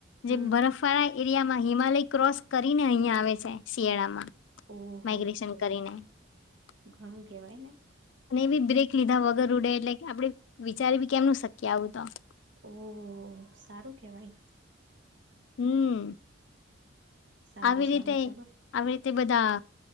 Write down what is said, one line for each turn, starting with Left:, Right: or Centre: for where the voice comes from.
Left: જે
Right: હમ
Left: બરફવાળા એરિયામાં હિમાલય ક્રોસ કરીને અહિયાં આવે છે શિયાળામાં
Right: ઓહો
Left: માઇગ્રેશન
Right: હો
Left: કરીને અને
Right: ઘણું કેવાય ને
Left: એવી બ્રેક લીધા વગર ઉડે એટલે કે આપડે વિચારી બી કેમનું શક્ય આવું હત
Right: ઓહ સારું કેવાય
Left: હમ
Right: સારું
Left: આવી રીતે
Right: સારું ચલો
Left: આવી રીતે બધા